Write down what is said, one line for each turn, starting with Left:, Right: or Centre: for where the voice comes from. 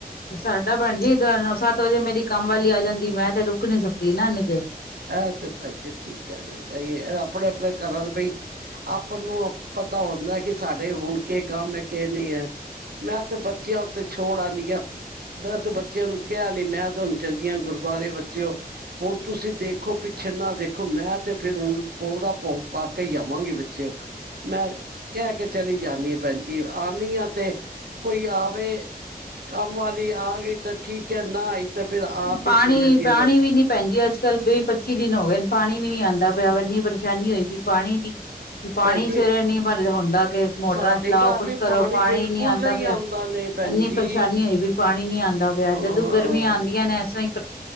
Left: ਸਾਡਾ ਭੈਣਜੀ ਸੱਤ ਵਜੇ ਮੇਰੀ ਕੰਮ ਵਾਲੀ ਆ ਜਾਂਦੀ। ਮੈਂ ਤੇ ਰੁਕ ਨੀ ਸਕਦੀ ਨਾ ਇੰਨੀ ਦੇਰ
Right: ਆਹ ਤੇ ਭੈਣਜੀ ਠੀਕ ਐ। ਕ ਬਈ, ਆਪਣੇ-ਆਪਣੇ ਘਰਾਂ ਦੇ ਬਈ, ਆਪਾਂ ਨੂੰ ਪਤਾ ਹੁੰਦਾ। ਕਿ ਸਾਡੇ ਹੁਣ ਕੇ ਕੰਮ ਹੈ ਕਿ ਨਹੀਂ ਹੈ। ਮੈਂ ਤੇ ਬੱਚਿਆਂ ਉੱਤੇ ਛੋੜ ਆਨੀ ਆ। ਮੈਂ ਤੇ ਬੱਚਿਆਂ ਨੂੰ ਕਿਹਾ ਨੀ ਮੈਂ ਤੇ ਹੁਣ ਚੱਲੀਆਂ। ਗੁਰਦੁਆਰੇ ਬੱਚੇਉ, ਹੁਣ ਤੁਸੀਂ ਦੇਖ ਦੇਖੋ ਪਿੱਛੇ ਨਾ ਦੇਖੋ, ਮੈਂ ਤੇ ਫੇਰ ਹੁਣ ਪੁਰਾ ਭੋਗ ਪਾ ਕੇ ਹੀ ਆਵਾਂਗੀ ਬੱਚੇ, ਮੈਂ ਕਹਿ ਕੇ ਚਲੀ ਜਾਨੀ ਭੈਣਜੀ ਆਂਦੀਆਂ ਤੇ ਕੋਈ ਆਵੇ, ਕੰਮ ਵਾਲੀ ਆ ਗਈ। ਤਾਂ ਠੀਕ ਹੈ, ਨਾ ਆਈ ਤਾਂ ਫਿਰ ਆਪ
Left: ਪਾਣੀ-ਪਾਣੀ
Right: ਹੀ ਧੀਰੇ ਧੀਰੇ
Left: ਵੀ ਨੀ ਭੈਣਜੀ ਅੱਜ ਕੱਲ ਵੀਹ- ਪੱਚੀ ਦਿਨ ਹੋ ਗਏ। ਪਾਣੀ ਵੀ ਨੀ ਆਂਉਦਾ ਪਿਆ। ਇਨੀ ਪਰੇਸ਼ਾਨੀ ਹੋਈ ਪਈ ਐ ਪਾਣੀ ਦੀ ਪਾਣੀ
Right: ਭੈਣ ਜੀ
Left: ਸਵੇਰੇ ਇਨੀ ਬਰ ਹੁੰਦਾ। ਕਿ ਮੋਟਰਾਂ
Right: ਸਾਡੇ
Left: ਚਲਾਓ
Right: ਘਰ
Left: ਕੁਛ
Right: ਵੀ
Left: ਕਰੋ ਪਾਣੀ
Right: ਬਿਲਕੁਲ
Left: ਨੀ ਆਂਉਦਾ
Right: ਨਹੀਂ
Left: ਪਿਆ।
Right: ਆਉਂਦਾ ਨੇ ਭੈਣ
Left: ਇੰਨੀ
Right: ਜੀ
Left: ਪਰੇਸ਼ਾਨੀ ਹੋਈ ਵੀ ਪਾਣੀ ਨੀ ਆਂਉਦਾ।
Right: ਹਾਂ
Left: ਜਦੋਂ
Right: ਹਾਂ
Left: ਗਰਮੀ ਆਂਉਦੀ <unintelligible>